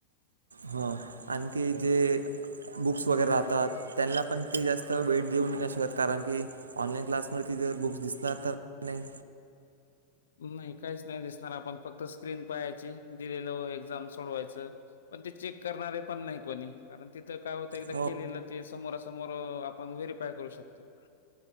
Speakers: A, on the right (about 75°); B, on the left (about 65°).
A: हो आणखी जे बुक्स वगैरे राहतात त्यांना पण ते जास्त वेळ देऊन शकत कारण की ऑनलाईन क्लास... बुक्स दिसत तर नाही...
B: नाही काहीच नाही दिसणार आपण फक्त स्क्रीन पाहायची दिलेल एक्झाम सोडवायचं. पण ते चेक करणारे पण नाही कोणी कारण तिथं काय होत एकदा
A: हो
B: केलेलं ते समोरासमोर आपण व्हेरिफिकेशन.... काय करू शकतो.